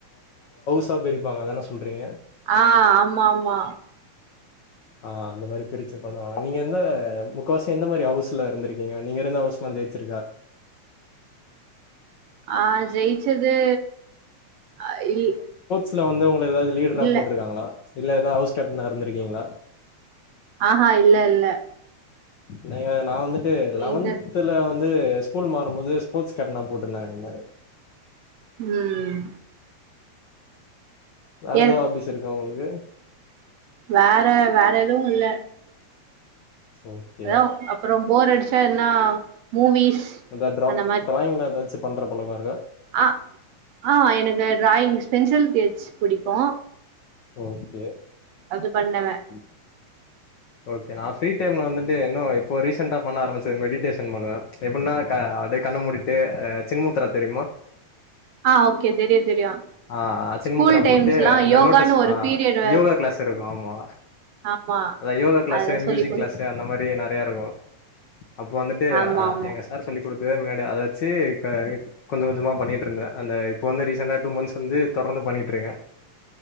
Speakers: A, on the left; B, on the right.
A: ப்பா பிரிப்பாங்க அதான சொல்றீங்க
B: ஆ ஆமாமா
A: ஆ அந்த மாரி பிரிச்சு பண்ணுவாங்க நீங்க எந்த முக்காவாசி எந்த மாரி ஹவுஸ்ல இருந்திருக்கீங்க நீங்க இருந்த ஹவுஸ் மா ஜெயிச்சிருக்கா
B: அ ஜெயிச்சது அ இல்
A: த்துல வந்து உங்கள எதாவ்து லீடரா
B: இல்ல
A: போட்ருக்காங்களா இல்ல எதா ஹவுஸ் கேப்டனா இருந்திருக்கீங்ளா
B: ஆஹா இல்ல இல்ல
A: இன்னெங்க நா வந்துட்டு லெவன்த்துல
B: எங்க
A: வ ந்து ஸ்கூல் மாறும்போது ஸ்போட்ஸ் கேப்டனா போட்ருந்தாங்க என்ன
B: ம்
A: வேற
B: என்
A: ஏதாவது ஹாபிஸ் இருக்கா உங்களுக்கு
B: வேற வேற எதுவு இல்ல
A: ஓகே
B: எதாவ் அப்புறம் போர் அடிச்சா எதனா மூவீஸ்
A: இந்த ட்ரா
B: அந்த
A: ட்ராயிங்லா எதாச்சு பண்ற பழக்கோ இருக்கா
B: அஹ ஆஹ எனக்கு ட்ராயிங் ஸ்பென்சில் கெச் புடிக்கு
A: ஓகே
B: அது பண்ணுவே
A: அ ம் ஓகே நா ஃப்ரீ டைம்ல வந்துட்டு இன்னு இப்போ ரீசென்டா பண்ண ஆரம்பிச்ச மெடிடேஷன் பண்ணுவே எப்பின்னா கா அப்டியே கண்ண மூடிட்டு் அ சின்முத்திர தெரியுமா
B: ஆ ஓகே தெரியு தெரியு
A: அ அ சின்முத்தரா
B: ஸ்கூல் டைம்ஸ்லா
A: போட்டு அந்த
B: யோகான்னு
A: லோட்டஸ்
B: ஒரு
A: ஆ
B: பீரியட் வேற
A: யோகா க்ளாஸ்லருக்கு ஆமா
B: ஆமா
A: அதா யோகா கிளாஸ்
B: அத
A: மியூசிக்
B: சொல்லி குடு
A: கிளாஸ் அந்த மாரி நறையா இருக்கு அப்போ வந்துட்டு
B: ஆமா
A: அ
B: ஆமா
A: எங்க சார் சொல்லி கொடுத்ததா முன்னாடி அத வச்சு க கொஞ்ச கொஞ்சமா பண்ணிட்டுருந்தே அந்த இப்ப வந்து ரீசன்ட்டா டூ மந்தஸ் வந்து தொ தொடர்ந்து பண்ணிட்டுருக்க